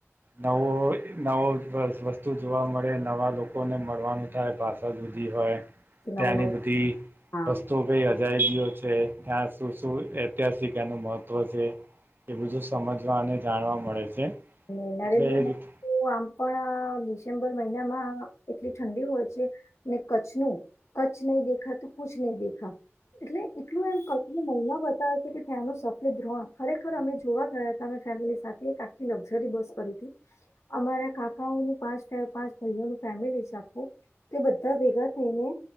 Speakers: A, on the right; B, on the left.
A: નવો નવો વસ્તુ જોવા મળે નવા લોકોને મળવાનું થાય ભાષા જો હોય
B: નવ
A: ત્યાંની
B: નવ
A: બધી
B: હા.
A: વસ્તુઓ કઈ અજાઈ ગીઓ છે ત્યાં સુ શું ઐતિહાસિક એનું મહત્ત્વ છે એ બધું સમજવા અને જાણવા મળે છે.
B: અને નરેન્દ્ર
A: એટલે એ
B: મોદી
A: રીતે
B: આમ પણ સપ્ટેમ્બર મહિનામાં એટલી ઠંડી હોય છે કચ્છનું કચ્છ નહી દેખા તો કુછ નહી દેખા. એટલે એટલું એમ કટ મહિનો બતાવે છે કે ત્યાંનો સફેદ ર્રોણ ખરેખર અમે જોવા ગયા હતા અમે ફ સાથે કાકી લગઝરી બસ કરી અમારા કાકાઓ પાંચ પાંચ ભાઈઓનું ફેમિલી છે આખું તે બધા ભેગા થઈને